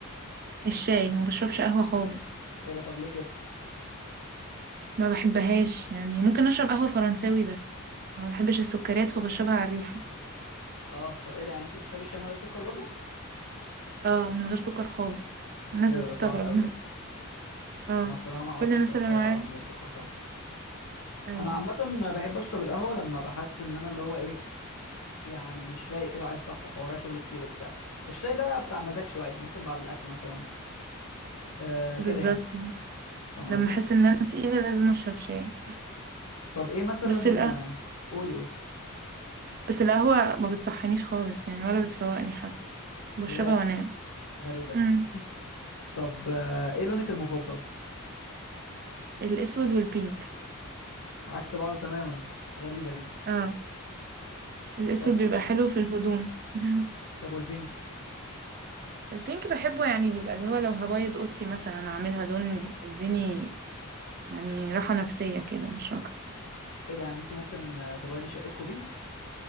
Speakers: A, on the right (about 45°); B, on the left (about 80°).
A: الشاي ما بشربش قهوة خالص
B: ايه ده طب ليه كده
A: ما بحبهاش يعني ممكن اشرب قهوة فرنساوي بس ما بحبش السكريات فبشربها على الريحة
B: اه طب ايه ده يعني انت بتشربي الشاي من غير سكر برضه
A: اه من غير سكر خالص الناس
B: ايه ده
A: بتستغرب
B: ده صعب قوي
A: <laughs>
B: ده
A: اه
B: انا بصراحه ما اعرفش
A: كل
B: اشرب
A: الناس
B: شاي
A: اللي معايا
B: او قهوه من غير سكر فعلا
A: ايوه
B: انا عامه بحب اشرب القهوه لما ابقى حاسس ان انا اللي هو ايه يعني مش فايق كده عايز صحصح ورايا شغل كتير وبتاع الشاي ده بتاع مزاج شويه ممكن بعد الاكل مثلا أه
A: بالظبط
B: كده يعني فاهم
A: لما
B: قصدي
A: احس ان انا تقيلة لازم اشرب شاي
B: طب ايه مثلا
A: بس القهوة
B: آه، قولي قولي
A: بس القهوة ما بتصحينيش خالص يعني ولا بتفوقني حتى بشربها
B: ياه
A: وانام
B: غريبة دي
A: امم
B: طب آه، ايه لونك المفضل
A: الاسود والبينك
B: عكس بعض تماما غريبة دي
A: اه الاسود
B: طب
A: بيبقى حلو في الهدوم <laughs>
B: طب والبينك
A: البينك بحبه يعني بيبقى اللي هو لو هبيض اوضتي مثلا اعملها لون يديني يعني راحة نفسية كده مش اكتر
B: ايه ده يعني انت ممكن آه، تبيضي شقتكم بينك